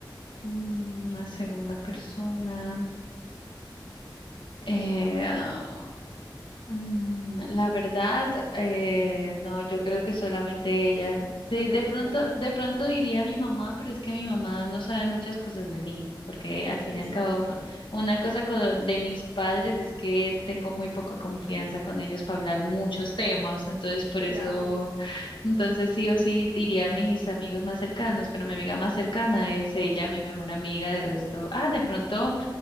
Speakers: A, on the left (about 80°); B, on the right (about 70°).
A: Mm, Una segunda persona. Eh, ah, mm, la verdad, eh,
B: Ujú.
A: no, yo creo que solamente ella.
B: Solo
A: De, de
B: ella,
A: pronto,
B: ¿no?
A: de pronto diría mi mamá, pero es que mi mamá no sabe muchas cosas de mí, porque al fin
B: Exacto.
A: y al cabo, una cosa co- de mis padres es que tengo muy poca confianza con ellos para hablar muchos temas, entonces por
B: Claro.
A: eso, entonces sí o sí diría a mis amigos más cercanos, pero mi amiga más cercana es ella, mi mejor amiga, de resto, ah, de pronto.